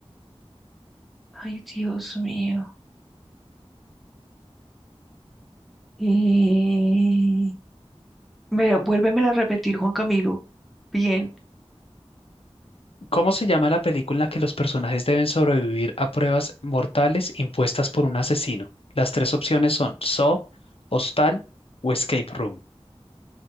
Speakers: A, in the centre; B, on the left.
A: Ay, Dios mío. Y... Mira, vuélvemela a repetir, Juan Camilo. Bien.
B: ¿Cómo se llama la película en la que los personajes deben sobrevivir a pruebas mortales impuestas por un asesino? Las tres opciones son Saw, Hostal o Escape Room.